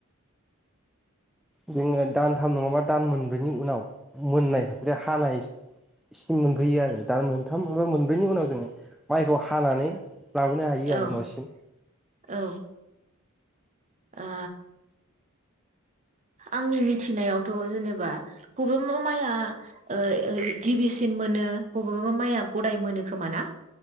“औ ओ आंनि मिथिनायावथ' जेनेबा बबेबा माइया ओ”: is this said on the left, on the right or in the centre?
Right